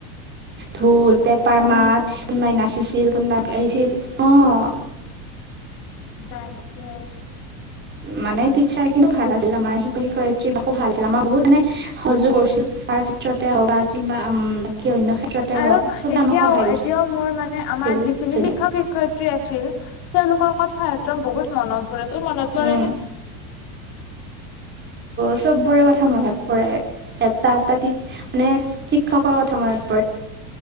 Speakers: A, on the right (about 25°); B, on the left (about 50°).
A: ঢোল। পেপাৰ
B: অ
A: মাত কোনোবাই নাচিছিল। <unintelligible> আহছিল? অঁ
B: তাইছে <unintelligible>
A: মানে টিচাৰ খিনি ভাল আছিল আমাৰ, ‌শিক শিক্ষয়্ৰীাকো ভাল আছিল, আমাৰ বহুত মানে সহজু কৰিছিল, তাৰ ক্ষেত্ৰতে বা কিবা বাকী অন্য ক্ষেত্ৰতে
B: আৰু
A: হওক চবে
B: এতিয়াও
A: আমাক সহায়
B: এতিয়াও মোৰ মানে
A: কৰিছিল
B: আমাৰ যিখিনি শিক্ষক শিক্ষয়িত্ৰী আছিল, তেওঁলোকৰ কথা একদম বহুত মনত পৰে। তোৰ মনত পৰে
A: উম
B: নে?
A: চব বোৰে কথা মনত পৰে, এটা এটা মানে শিক্ষকৰ কথা মনত পৰে,